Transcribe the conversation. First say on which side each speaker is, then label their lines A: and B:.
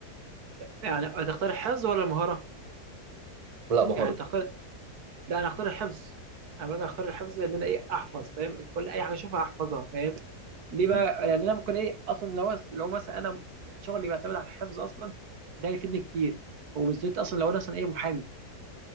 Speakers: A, on the right; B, on the right.
A: يعني هتختار الحفظ ولا المهاره
B: لا مهاره
A: يعني تختار لا انا اختار الحفظ انا باجي اختار الحفظ ان انا ايه احفظ فاهم كل اي حاجه اشوفها احفظها فاهم ليه بقى
B: مم.
A: يعني انا ممكن ايه اصلا لو لو مثلا انا شغلي بيعتمد على الحفظ اصلا ده يفيدني كتير وبالذات اصلا لو انا مثلا ايه محامي